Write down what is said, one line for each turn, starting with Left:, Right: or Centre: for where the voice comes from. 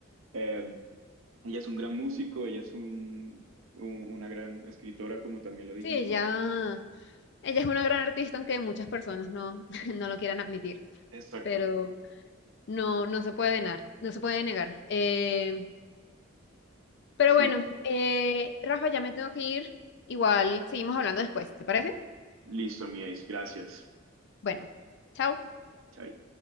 Right: eh, ella es un gran músico, ella es un, un- una gran escritora, como también lo dijimos.
Left: Sí, ella, ella es una gran artista, aunque muchas personas no, <laughs> no lo quieran admitir,
Right: Exacto.
Left: pero no, no se puede negar, no se puede negar. Eh, pero
Right: Sí,
Left: bueno, eh, Rafa, ya me tengo que ir. Igual seguimos hablando después, ¿te parece?
Right: listo, mi Ace, gracias.
Left: Bueno, chao.
Right: Chai.